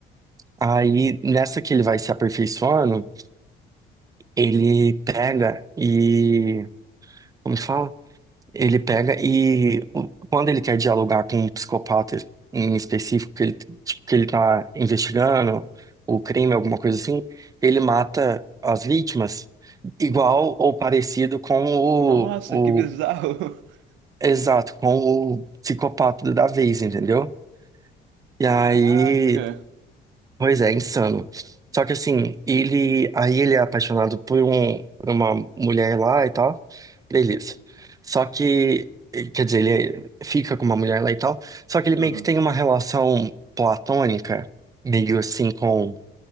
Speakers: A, on the right (about 20°); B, on the right (about 85°).
A: Aí, nessa que ele vai se aperfeiçoando, ele pega e. Como que fala? Ele pega e o- quando ele quer dialogar com um psicopata em específico, que ele, tipo, que ele tá investigando o crime, alguma coisa assim, ele mata as vítimas igual ou parecido com o,
B: Nossa,
A: o
B: que bizarro. <laughs>
A: exato, com o psicopata da vez, entendeu? E
B: Caraca.
A: aí Pois é, insano. Só que assim, ele, aí ele é apaixonado por, um, por uma mulher lá e tal. Beleza. Só que, quer dizer, ele fica com uma mulher lá e tal. Só que ele meio
B: Aham.
A: que tem uma relação platônica, meio assim, com,